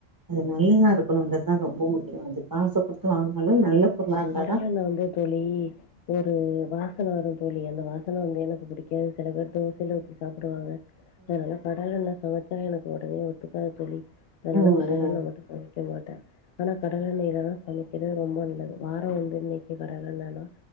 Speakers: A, on the right; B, on the left.
A: அது நல்லதா இருக்கனுங்கறதுதா ரொம்ப முக்கியோ அது காசக் கொடுத்து வாங்கினாலு நல்ல பொருளா இருந்தாதா
B: கடலெண்ண வந்து தோழி ஒரு வாசன வருந்தோழி அந்த வாசன வந்து எனக்கு புடிக்காது சில பேரு தோசையில ஊத்தி சாப்டுவாங்க அதனால கடலெண்ணல சமச்சா எனக்கு ஒடனே ஒத்துகாது தோழி அதனால
A: ம்
B: கடலெண்ண
A: ம்
B: மட்டு சம மக்க மாட்டே ஆனா கடலெண்ணையில தா சமைகிறது ரொம்ப நல்லது வாரோ வந்து இன்னைக்கு கடலெண்ணனா